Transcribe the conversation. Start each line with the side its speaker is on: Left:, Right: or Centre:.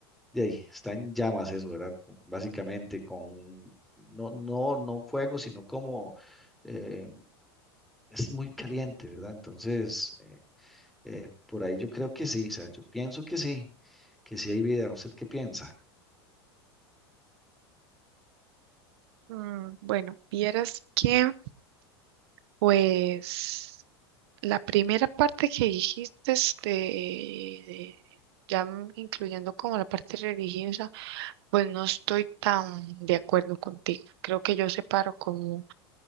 Centre: de ahí, está en llamas eso, ¿verdad? Con- Básicamente con, no, no, no fuego, sino como eh, es muy caliente, ¿verdad? Entonces, eh, eh, por ahí yo creo que sí, o sea, yo pienso que sí, que sí hay vida. ¿Usted qué piensa?
Right: Mm, bueno, vieras que, pues, la primera parte que dijiste, este, ya incluyendo como la parte religiosa. Pues no estoy tan de acuerdo contigo. Creo que yo separo como